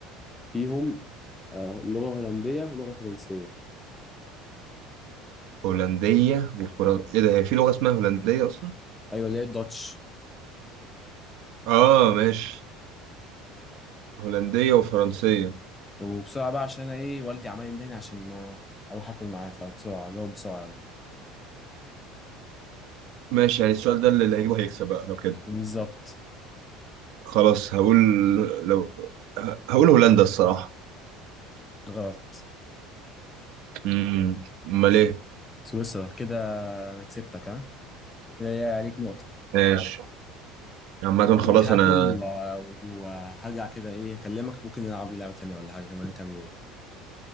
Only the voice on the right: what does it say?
هولندية وفرنسا ايه ده هي في لغة اسمها هولندية اصلا
اه ماشي هولندية وفرنسية
ماشي يعني السؤال ده اللي هيجيبه هيكسب بقى لو كده
خلاص هقول لو ه- هقول هولندا الصراحة
امم امال ايه
ماشي عامة خلاص
انا